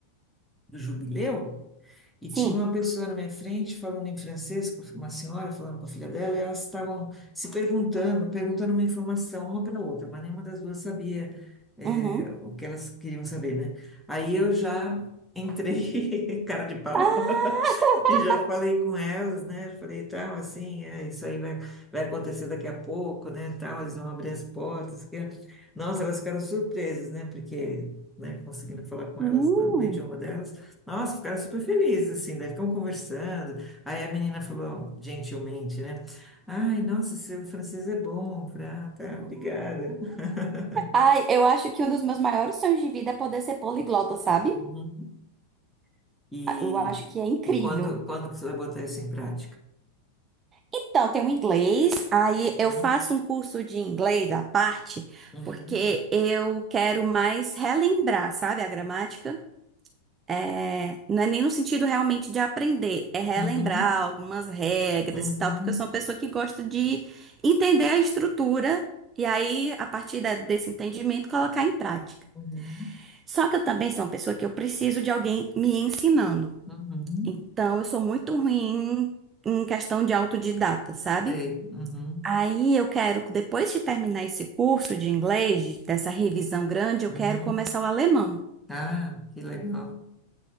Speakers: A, in the centre; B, on the right.
A: do jubileu E
B: Sim.
A: tinha uma pessoa na minha frente falando em francês, com uma senhora falando com a filha dela, e elas estavam se perguntando, perguntando uma informação uma para a outra, mas nenhuma das duas sabia, é,
B: Uhum.
A: o que elas queriam saber, né? Aí eu já entrei, <laughs> cara de pau,
B: Ah,
A: <laughs> e já
B: <laughs>
A: falei com elas, né? Falei, tal, assim, é, isso aí vai, vai acontecer daqui a pouco, né? Tal, eles vão abrir as portas. Que... Nossa, elas ficaram surpresas, né? Porque, né, conseguindo falar com
B: Sim.
A: elas no no idioma delas. Nossa, ficaram super felizes, assim, daí ficam conversando. Aí a menina falou, gentilmente, né? Ai, nossa, seu francês é bom. Eu falei, Ah, tá, obrigada. <laughs>
B: Ai, eu acho que um dos meus maiores sonhos de vida é poder ser poliglota, sabe?
A: Uhum, E,
B: Eu acho que é incrível.
A: e quando, quando que você vai botar isso em prática?
B: Então, tem o inglês, aí
A: Uhum,
B: eu faço um curso de inglês à parte,
A: uhum,
B: porque eu quero mais relembrar, sabe, a gramática. É, não é nem no sentido realmente de aprender, é relembrar
A: uhum,
B: algumas regras
A: uhum,
B: e tal, porque eu sou uma pessoa que gosta de entender a estrutura e aí, a partir da- desse entendimento, colocar em prática.
A: uhum,
B: Só que eu também sou uma pessoa que eu preciso de alguém me ensinando.
A: uhum.
B: Então, eu sou muito ruim em questão de autodidata, sabe?
A: Sei, uhum,
B: Aí eu quero, depois de terminar esse curso de inglês, dessa revisão grande, eu
A: uhum.
B: quero começar o alemão.
A: Ah, que legal.